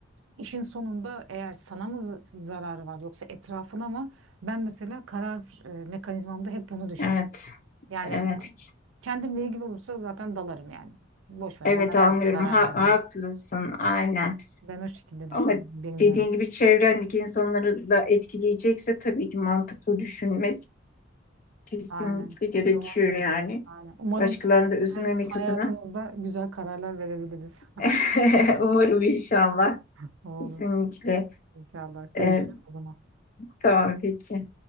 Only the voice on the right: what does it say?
işin sonunda eğer sana mı za- zararı var yoksa etrafına mı? Ben mesela karar e, mekanizmamda hep bunu düşünürüm.
Yani
kendimle ilgili olursa zaten dalarım yani. Boş ver
bana versin
zarar
diyorum
ben.
Ben o şekilde düşünüyorum.
Bilmiyorum.
Aynen.
Doğru diyorsun.
Aynen. Umarım
böyle hayatımızda
güzel kararlar verebiliriz.
<laughs> Oldu.
İnşallah. Görüşürüz
o zaman.